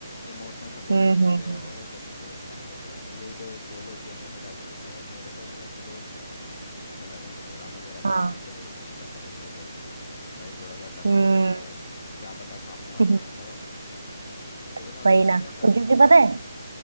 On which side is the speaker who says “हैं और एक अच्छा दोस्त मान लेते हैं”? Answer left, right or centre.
Left